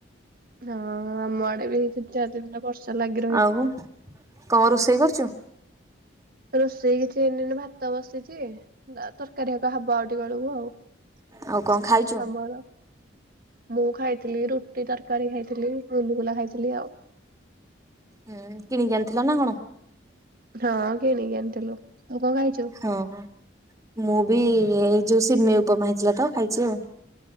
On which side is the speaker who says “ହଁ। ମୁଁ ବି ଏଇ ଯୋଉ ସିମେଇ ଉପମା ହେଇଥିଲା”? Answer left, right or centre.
Right